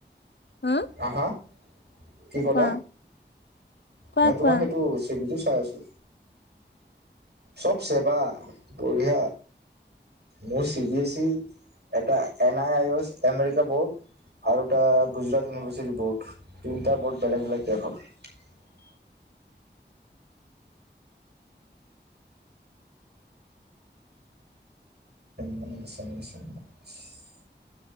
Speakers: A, on the left; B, on the right.
A: <unintelligible>
B: হা হা কি কলা?
A: কোৱা কোৱা
B: ন, তোমাৰ
A: কোৱা
B: সেইটো চাই আছো। চব চেবা বঢ়িয়া মোৰ চি বি এছ ই এটা N I I S America board. আৰু এটা গুজৰাট ইউনিভাৰ্চিটি বৰ্ড তিনিটা বৰ্ড বেলেগ বেলেগ দেশৰ। <unintelligible> নি্চ নি্চ <unintelligible>